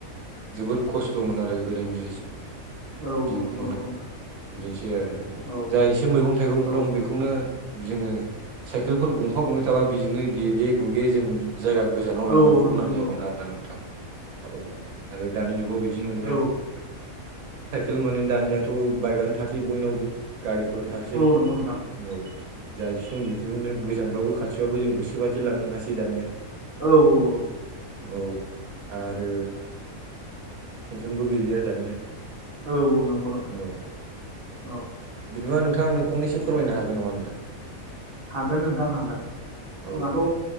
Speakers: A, on the right; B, on the right.
A: जोबोर खस्थ'मोन आरो गोदोनि जि <inaudible>
B: औ
A: जिउ
B: नंगौ
A: खुंनाय
B: नंगौ नोंथां
A: बिदिनोसै आरो
B: औ
A: जा एसे मैगं थाइगं
B: औ
A: दं बेखौनो जोङो साइकेलफोर गंफा गंनै थाबा बेजोंनो गेगे गुगे जों जायगा गोजानाव लांनांगौ
B: औ नंगौ
A: गोनां
B: नंगौ
A: जायोमोन आरो ना नोंथां। औ आरो दानि जुगाव बिदि नंलिया।
B: औ औ
A: साइकेल माने दानियाथ' बाइकआनो थासै बयनावबो गारिफोर थासै
B: नंगौ नोंथां
A: औ जा इसे दं बेफोरजोंनो गोजानबाबो खाथिबाबो जों गोसोबादि लांनो हासै दानिया
B: औ-औ-औ
A: औ आरो टेनसनबो गैलिया दानिया
B: औ नंगौ नोंथां
A: औ
B: औ
A: बिदिबा नोंथां फंनैसो फोरमनो हागोन नामा नोंथां
B: हागोन नोंथां हागोन
A: औ
B: जोंहाथ'